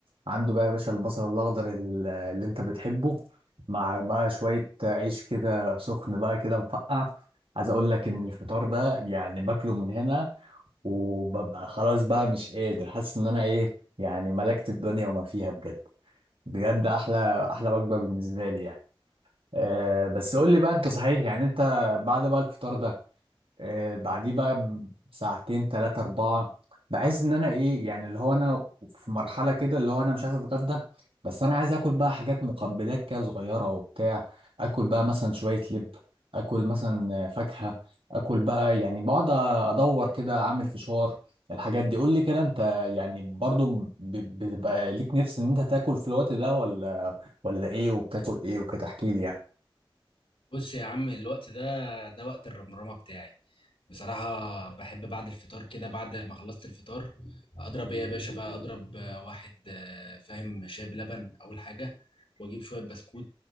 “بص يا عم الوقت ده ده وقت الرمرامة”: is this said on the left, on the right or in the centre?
Left